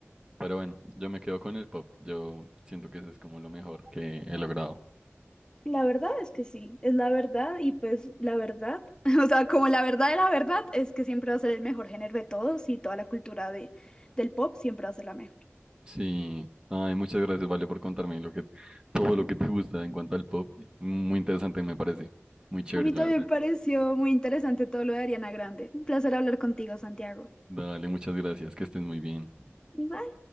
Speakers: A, on the right (about 20°); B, on the left (about 20°).
A: Pero bueno, yo me quedo con el pop. Yo siento que eso es como lo mejor que he logrado.
B: La verdad es que sí, es la verdad y pues la verdad, <laughs> o sea, como la verdad de la verdad es que siempre va a ser el mejor género de todos y toda la cultura de, del pop siempre va a ser la mejor.
A: Sí. Ay, muchas gracias, Vale, por contarme lo que, todo lo que te gusta en cuanto al pop. Muy interesante, me parece. Muy chévere,
B: A mí
A: la
B: también
A: verdad.
B: me pareció muy interesante todo lo de Ariana Grande. Un placer hablar contigo, Santiago.
A: Dale, muchas gracias. Que estés muy bien.
B: Igual.